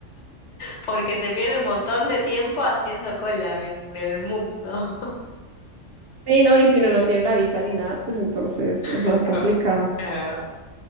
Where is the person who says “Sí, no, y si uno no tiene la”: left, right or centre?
Right